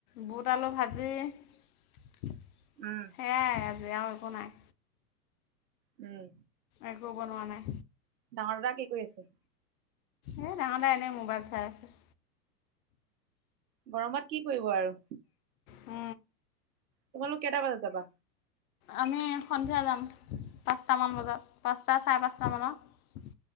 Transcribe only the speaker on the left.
বুট আলু ভাজি <inaudible>
এই আজি আৰু একো নাই
একো বনোৱা নাই
এ ডাঙৰ ডাঙ এনেই মোবাইল চাই আছে
উ
আমি সন্ধিয়া যাম পাঁচটামান বজাত পাঁচটা চাৰে পাঁচটামানত